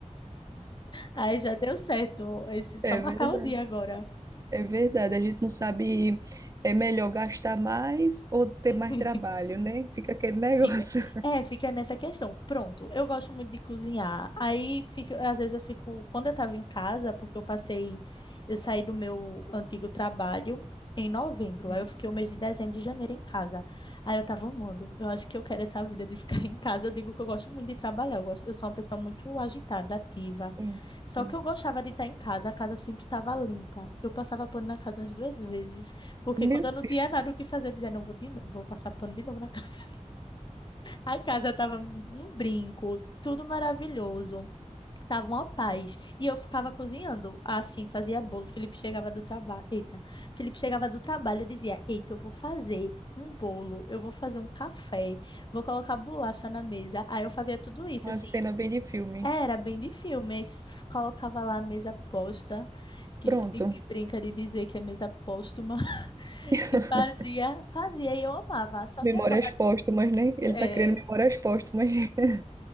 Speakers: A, on the left (about 40°); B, on the right (about 25°).
A: Aí já deu certo. Esse- só
B: É
A: marcar
B: verdade.
A: o dia agora.
B: É verdade. A gente não sabe. É melhor gastar mais ou ter mais
A: <laughs>
B: trabalho, né? Fica aquele negócio.
A: Fica- é, fica nessa questão. Pronto, eu gosto muito de cozinhar. Aí, fica, às vezes eu fico, quando eu estava em casa, porque eu passei, eu saí do meu antigo trabalho em novembro.
B: <laughs> Sim,
A: Aí eu fiquei o mês de dezembro e janeiro em casa. Aí eu tava amando. Eu acho que eu quero essa vida de ficar <laughs> em casa. Eu digo que eu gosto muito de trabalhar. Eu gosto, eu sou uma pessoa muito agitada, ativa.
B: sim.
A: Só
B: sim.
A: que eu gostava de estar em casa. A casa sempre estava limpa. Eu passava pano na casa umas duas vezes, porque
B: Meu
A: quando eu não tinha
B: Deus,
A: nada o que fazer, eu dizia, não, vou de novo, vou passar pano de novo na <laughs> casa. A casa tava um brinco, tudo maravilhoso, tava uma paz. E eu ficava cozinhando, assim, fazia bolo. Felipe chegava do trabalho, eita, Felipe chegava do trabalho, eu dizia, eita, eu vou fazer um bolo, eu vou fazer um café, vou colocar bolacha na mesa. Aí eu fazia tudo isso,
B: uma
A: assim.
B: cena bem de filme.
A: Era bem de filme, es- colocava lá a mesa posta, que
B: Pronto.
A: Felipe brinca de dizer que é mesa póstuma, <laughs>
B: <laughs>
A: e fazia, fazia e eu amava. Só
B: Memórias
A: que agora,
B: póstumas, né? Ele
A: é,
B: tá criando memórias póstumas. <laughs>